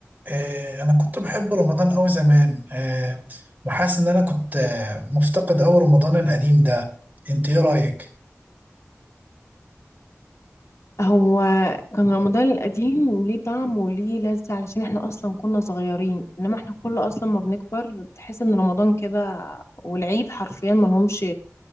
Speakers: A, on the right (about 35°); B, on the left (about 70°).
A: آه، انا كنت بحب رمضان أوي زمان آه، وحاسس ان انا كنت آه، مفتقد أوي رمضان القديم ده انت ايه رايك
B: هو كان رمضان القديم ليه طعم وليه لذة علشان احنا اصلا كنا صغيرين انما احنا كل اصلا ما بنكبر بتحس ان رمضان كده والعيد حرفيا ما لهمش